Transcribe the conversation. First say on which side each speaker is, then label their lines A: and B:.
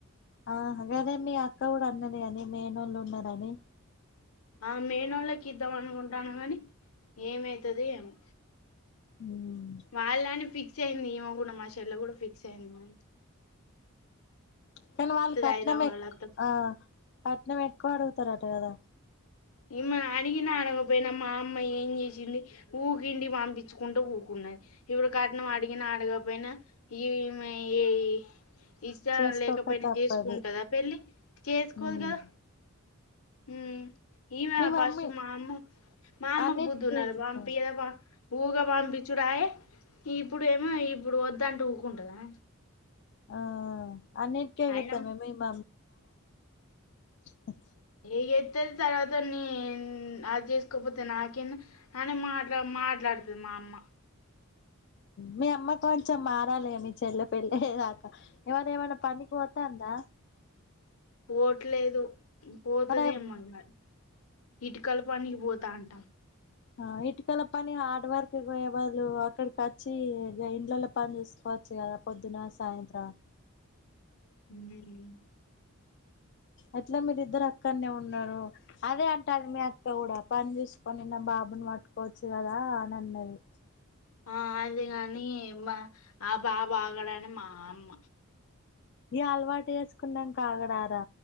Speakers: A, on the left; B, on the left.
A: ఆహా గదే మీ అక్క కూడా అన్నది కని మేనోళ్ళు ఉన్నరని
B: ఆ మేనోళ్ళకి ఇద్దాం అనుకుంటానం కని ఏమైతదో ఏమో
A: ఉమ్
B: వాళ్ళని ఫిక్స్ ఫిక్స్ అయింది ఈమో కూడా మా చెల్ల కూడా ఫిక్స్ అయింది మ
A: ఉ కానీ వాళ్ళు కట్నం
B: హైదరాబాద్
A: ఎక్
B: అత్త
A: ఆ కట్నం ఎక్కువ అడుగు ఇత్త రాట కద
B: ఈమె అడిగినా అడగపోయినా మా అమ్మ ఏం చేసింది ఊక ఇంటికి పంపించుకుంట ఊకున్నది ఇప్పుడు కట్నం అడిగినా అడగపోయినా ఈమె ఏ ఇష్టం
A: చేసుకోక
B: లేకపోయినా
A: తప్పది
B: చేసుకుంటదా పెళ్ళి చేసుకోదు
A: ఉమ్
B: కదా ఉ ఈమె
A: మీ మమ్మీ
B: ఫస్ట్ మా అమ్మ మా అమ్మకు
A: అన్నిటికీ
B: బుద్ధి ఉండాలా
A: ఎగురుతది
B: పంపీయేదే పంప్ ఊగా పంపించుడాయే ఇప్పుడు ఏమో ఇప్పుడు వద్దంటే ఊకుంటుందా
A: ఆ అన్నిటికీ ఎగేతెమో
B: అయినా
A: మెయిన్ <unintelligible> <unintelligible>
B: ఎగేతాది తర్వాత నేన్ అది చేసుకోపోతే నాకేంది. అని మాట్లా మాట్లాడతది మా అమ్మ
A: మీ అమ్మ కొంచెం మారాలి మీ చెల్లె పెళ్ళయే దాకా ఎవర ఏమైన్నా పనికీ పోతాందా
B: పోట్లేదు పోతుదేమో
A: మన
B: ఇగా ఇటుకల పనికి పోతా అంటాది
A: ఆ ఇటుకల పని హార్డ్ వర్క్ పోయే బదులు వాళ్ళు అక్కడికి వచ్చి గా ఇండ్లలలో పని చేసుకోవచ్చు. కదా పొద్దున, సాయంత్రం
B: హ
A: అట్లా మీరి ఇద్దరు అక్కనే ఉన్నారు. అదే అంటది మీ అక్క కూడా పని చేసుకొని నా బాబుని మట్టుకోవచ్చు. కదా అని అన్నది.
B: ఆ అదే కాని మా ఆ బాబు ఆగడని మా అమ్మ
A: ఇ అలవాటు చేసుకున్నాక ఆగడరా